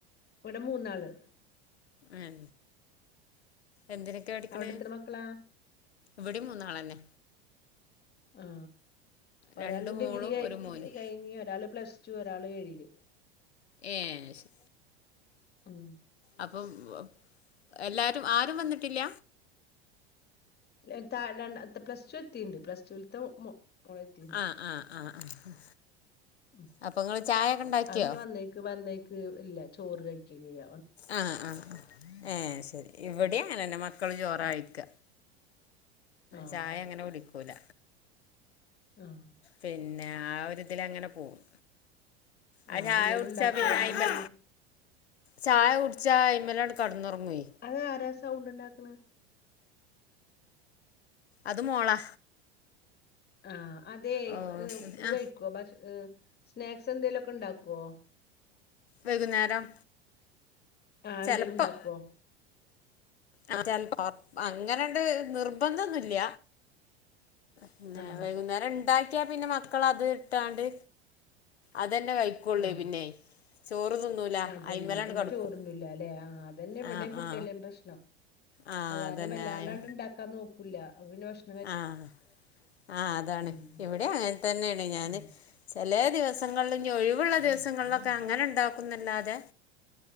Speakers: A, on the left (about 30°); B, on the left (about 80°).
A: ഇവിടെ മൂന്നാള്
B: ആഹ് എന്തിനൊക്കെ പഠിക്കണേ
A: അവിടെ എത്ര മക്കളാ
B: ഇവിടിം മൂന്നാലെന്നെ
A: ആ ഒരാൾ
B: രണ്ട് മോളും
A: ഡിഗ്രി കഴി
B: ഒരു മോനും
A: കഴിഞ്ഞ് ഒരാള് പ്ലസ്ടു ഒരാള് ഏഴില്
B: ഏ അയിശെ
A: ഉം
B: അപ്പം <unintelligible> എല്ലാരും ആരും വന്നിട്ടില്ല
A: ലെ തായെ രണ്ടാത് പ്ലസ ടു എതീണ്ട് പ്ലസ്ടുൽത്തെ മോളെത്തീണ്ട്
B: ആഹ് ആഹ് ആഹ് ആഹ്
A: ഉം
B: അപ്പൊ ഇങ്ങള് ചായൊക്കെ ഇണ്ടാക്കിയൊ
A: അത് പിന്നെ വന്നേക്ക് വന്നേക്ക് ഇല്ല ചോറ് കഴിക്കലില്ല
B: ആഹ് ആഹ് ആഹ് ഏ ശരി ഇവിടിം
A: ഉം
B: അങ്ങനെന്നെ മക്കള് ചോറാ
A: ഉം
B: കഴിക്ക
A: ആഹ്
B: ചായ അങ്ങനെ കുടിക്കൂല
A: ആഹ്
B: പിന്നെ ആ ഒരുതിലങ്ങനെ പോകും ആ
A: ആഹ്
B: ചായുട്ച്ച
A: എന്തേലും ഉണ്ടാക്കോ
B: പിന്നയിമല്
A: വരുമ്പഴത്തിനും
B: ചായ കുടിച്ചായ്മലണ്ട് കടന്നൊർങ്ങേ
A: അത് ആരാ സൗണ്ട് ഇണ്ടാക്ക്ണ്
B: അത് മോളാ
A: ആ അതേ
B: ഓ
A: ഏ ഇത്
B: ആ
A: കഴിക്കൊ ഭക്ഷ ഏ സ്നാക്സ് എന്തേലൊക്കെ ഇണ്ടാക്കൊ
B: വൈകുന്നേരം
A: ആ
B: ചെലപ്പം
A: എന്തേലും ഇണ്ടാക്കൊ
B: ആ ചെൽപ്പോ അങ്ങനണ്ട് നിർബന്ധൊന്നുല്ല പിന്നെ
A: ആഹ്
B: വൈകുന്നേരം ഇണ്ടാക്യാ പിന്നെ മക്കളത് ഇട്ടാണ്ട് അതന്നെ കഴിക്കൊള്ളേ
A: ആഹ്
B: പിന്നെ ചോറ് തിന്നൂല
A: അതന്നെ
B: അയ്മലണ്ട്
A: പിന്നെ
B: കടക്കും
A: ചോറ്ന്നൂലാല്ലേ ആ അതന്നെ ഇവടേം
B: ആ
A: കുട്ടിയാലിം
B: ആ
A: പ്രശ്നം
B: ആ
A: അത്കാരണം
B: അതന്നെ
A: വല്ലാണ്ടങ്ങട്ട് ഇണ്ടാക്കാൻ നോക്കൂല അപ്പോ പിന്നെ ഭക്ഷ
B: ആഹ് ആഹ് അതാണ്
A: ഉം
B: ഇവിടെ അങ്ങനതന്നേണ് ഞാന്
A: ഉം
B: ചെലേ ദിവസങ്ങളില് ഞ്ഞ് ഒഴിവുള്ള ദിവസങ്ങളിലൊക്കെ അങ്ങനെ ഇണ്ടാക്കുന്നല്ലാതെ